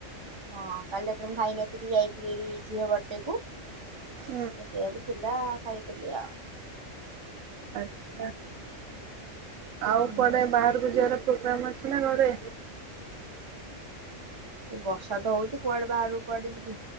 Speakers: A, on the right; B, on the right.
A: ହଁ କଲି ରାତିରେ ମୁଁ ଖାଇନ ଫି ଯାଇଥିଲି ଝିଅ ବର୍ଥଡେ କୁ ତ
B: ହୁଁ
A: ସେଆକୁ ଥିଲା ଖାଇଥିଲି ଆଉ।
B: ଆଛା। ଆଉ
A: ହୁଁ।
B: କୁଆଡେ ବାହାରକୁ ଯିବାର ପ୍ରୋଗ୍ରାମ ଅଛି ନା ଘରେ?
A: ସେ ବର୍ଷା ତ ହଉଚି କୁଆଡେ ବାହାରକୁ କୁଆଡେ ଯିବି।